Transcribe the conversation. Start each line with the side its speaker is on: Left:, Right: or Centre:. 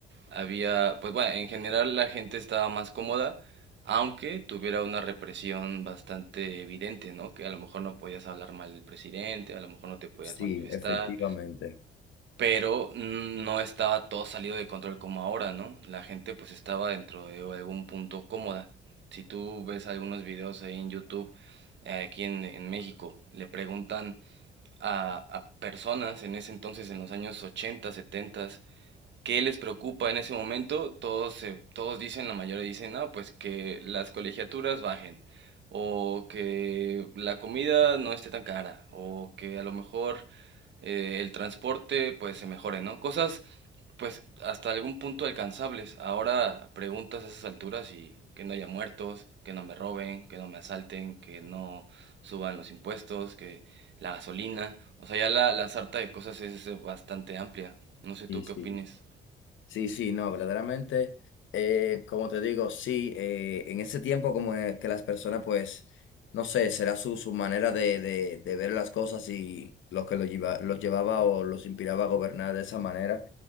Right: había, pues bueno, en general la gente estaba más cómoda, aunque tuviera una represión bastante evidente, ¿no? Que a lo mejor no podías hablar mal del presidente, a lo mejor no te podías
Left: sí,
Right: manifestar,
Left: efectivamente.
Right: pero mm, no estaba todo salido de control como ahora, ¿no? La gente pues estaba dentro de algún punto cómoda. Si tú ves algunos videos ahí en YouTube, eh, aquí en, en México, le preguntan a, a personas en ese entonces, en los años 80, 70, ¿qué les preocupa en ese momento? Todos, se- todos dicen, la mayoría dicen, no, pues que las colegiaturas bajen, o que la comida no esté tan cara, o que a lo mejor eh, el transporte pues se mejore, ¿no? Cosas pues hasta algún punto alcanzables. Ahora preguntas a esas alturas y que no haya muertos, que no me roben, que no me asalten, que no suban los impuestos, que la gasolina, o sea, ya la, la sarta de cosas es es bastante amplia. No sé
Left: Sí,
Right: tú
Left: sí.
Right: qué opines.
Left: Sí, sí, no, verdaderamente, eh, como te digo, sí, eh, en ese tiempo como es que las personas, pues, no sé, será su, su manera de, de, de ver las cosas y lo que los lleva, los llevaba o los inspiraba a gobernar de esa manera.